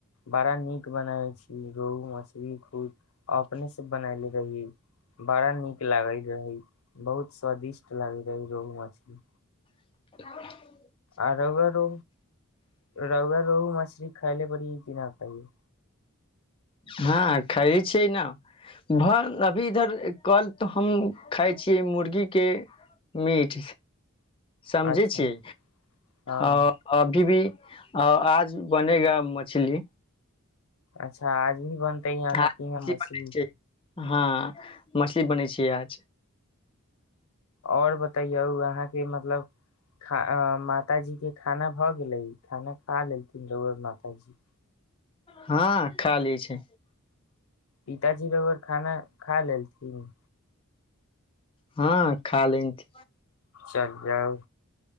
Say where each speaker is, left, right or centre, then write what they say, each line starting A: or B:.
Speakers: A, on the left; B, on the left.
A: बड़ नीक बनबै छी रोहू मछरी खुद अपने सँ बनैने रही बड़ा न लागैत रहै बहुत स्वादिष्ट लागे रहि रहु मछरि।
B: ह <unintelligible>
A: आ रउआ रो रउवा रोहु मछरी खइले पड़िय कि नहिा खाइयए <unintelligible>
B: हँ खैये छि न। भ अभी इधर कल तऽ हम खााय छियै मुर्गी के मीठ। समझै
A: अच्छा
B: छियै
A: हँ
B: अ अभी भी आ आज बनेगा मछली।
A: अच्छा आज भी बनतै ह अहाँके
B: आज
A: यहाँ मछली।
B: बनै छै हँ मछली बनै छियै आज।
A: आओर बतैयौ अहाँके मतलब?? ख मातााजी के खाना भऽ गेलै खाना? ख लेलथिन राउअर माताजी।
B: हँ खा लै छै।
A: पिताजी रउर खाना खा लेलथिन।
B: हँ खा लेथी
A: चल जाउ